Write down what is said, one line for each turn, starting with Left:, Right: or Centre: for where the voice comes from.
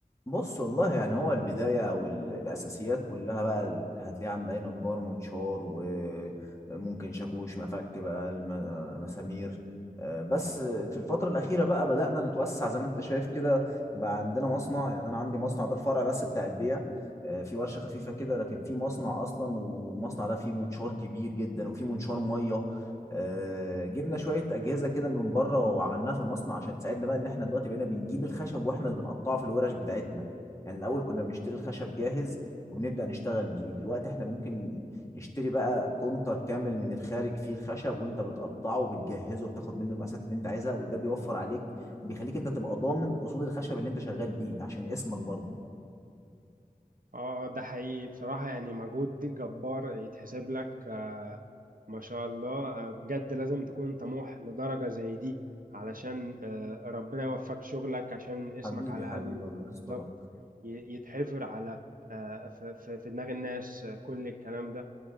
Left: بص والله يعني هو البداية أو ال- الأساسيات كلها بقى ال- هتلاقيها عند أي نجار منشار وممكن شاكوش مفك بقى الم- مسامير آه، بس في الفترة الأخيرة بقى بدأنا نتوسع زي ما أنت شايف كده وبقى عندنا مصنع يعني أنا عندي مصنع ده الفرع بس بتاع البيع آه، في ورشة خفيفة كده لكن في مصنع أصلا والمصنع ده فيه منشار كبير جدا وفيه منشار مية آه، جبنا شويه اجهزه كده من بره وعملناها في المصنع عشان تساعدنا بقى ان احنا دلوقتي بقينا بنجيب الخشب واحنا اللي بنقطعه في الورش بتاعتنا يعني الاول كنا بنشتري الخشب جاهز وبنبدا نشتغل بيه دلوقتي احنا ممكن نشتري بقى كونتر كامل من الخارج فيه الخشب وانت بتقطعه وبتجهزه وبتاخد منه المقاسات اللي انت عايزها وده بيوفر عليك وبيخليك انت تبقى ضامن اصول الخشب اللي انت شغال بيه عشان اسمك برضه
Right: اه ده حقيقي بصراحة يعني مجهود جبار يتحسب لك آه ما شاء الله آه بجد لازم تكون طموح لدرجة زي دي علشان آه ربنا يوفقك شغلك عشان اسمك
Left: حبيبي
Right: على
Left: حبيبي
Right: الأقل
Left: الله يسترك
Right: بالظبط ي- يتحفر على آه في, في في دماغ الناس آه كل الكلام ده